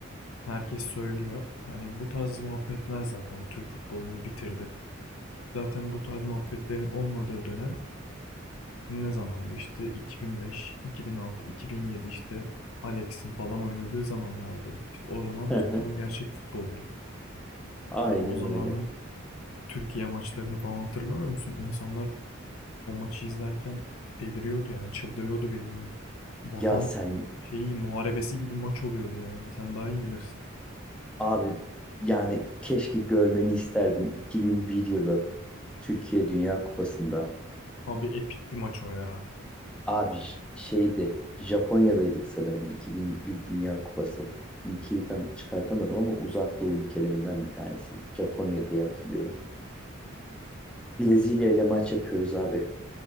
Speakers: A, on the left; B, in the centre.
A: Herkes söylüyor. Hani bu tarz muhabbetler zaten Türk futbolunu bitirdi. Zaten bu tarz muhabbetlerin olmadığı dönem ne zamandı işte 2005, 2006, 2007 işte Alex'in falan oynadığı zamanlardı. İşte o zaman
B: Hı
A: futbol
B: hı.
A: gerçek futboldu.
B: Aynen
A: Yani o zamanın
B: öyle.
A: Türkiye maçlarını falan hatırlamıyor musun? İnsanlar o maçı izlerken deliriyordu yani çıldırıyordu bildiğin. Vatan
B: Ya sen
A: şeyi muharebesi gibi maç oluyordu yani. Sen daha iyi bilirsin.
B: abi yani keşke görmeni isterdim 2001 yılı Türkiye Dünya Kupası'nda.
A: Abi epik bir maç o ya.
B: Abi j- şeydi Japonya'daydık sanırım 2001 Dünya Kupası. Ülkeyi tam çıkartamadım ama Uzak Doğu ülkelerinden bir tanesi. Japonya diye hatırlıyorum. Brezilya ile maç yapıyoruz abi.